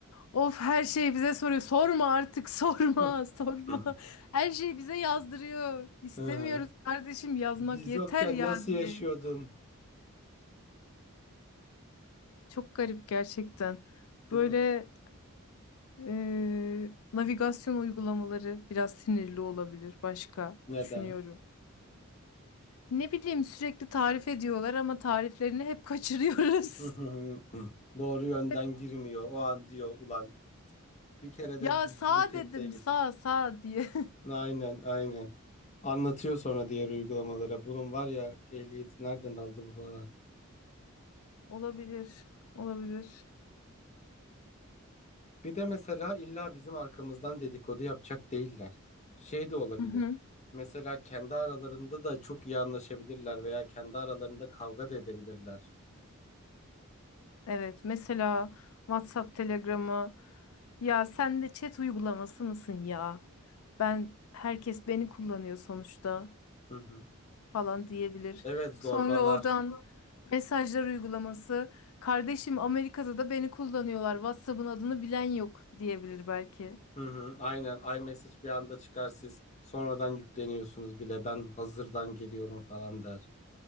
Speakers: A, on the left (about 75°); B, on the left (about 35°).
A: Of her şeyi bize soruyor. Sorma artık sorma
B: Hı
A: <laughs> sorma.
B: hı.
A: Her şeyi bize yazdırıyor. İstemiyoruz
B: hı.
A: kardeşim yazmak
B: Biz
A: yeter
B: yokken
A: ya
B: nasıl
A: diye.
B: yaşıyordun?
A: Çok garip gerçekten.
B: Değil
A: Böyle
B: mi?
A: e, navigasyon uygulamaları biraz sinirli olabilir başka
B: Neden?
A: düşünüyorum. Ne bileyim sürekli tarif ediyorlar ama tariflerini hep kaçırıyoruz.
B: Hı hı
A: <laughs>
B: hı. Doğru yönden
A: Hep
B: girmiyor. O an diyor ulan bir kere
A: ya
B: de düzgün
A: sağ
B: tekte
A: dedim
B: git.
A: sağ sağ diye.
B: Aynen aynen. Anlatıyor sonra diğer uygulamalara. Bunun var ya ehliyeti nereden aldı bu falan.
A: <laughs> Olabilir. Olabilir.
B: Bir de mesela illa bizim arkamızdan dedikodu yapacak değiller. Şey de olabilir.
A: Hı hı.
B: Mesela kendi aralarında da çok iyi anlaşabilirler veya kendi aralarında kavga da edebilirler.
A: Evet mesela WhatsApp, Telegram'a ya sen de chat uygulaması mısın ya? Ben herkes beni kullanıyor sonuçta.
B: Hı hı.
A: falan diyebilir.
B: Evet zorbalar.
A: Sonra oradan mesajlar uygulaması kardeşim Amerika'da da beni kullanıyorlar. WhatsApp'ın adını bilen yok diyebilir belki.
B: Hı hı. Aynen iMessage bir anda çıkar siz sonradan yükleniyorsunuz bile ben hazırdan geliyorum falan der.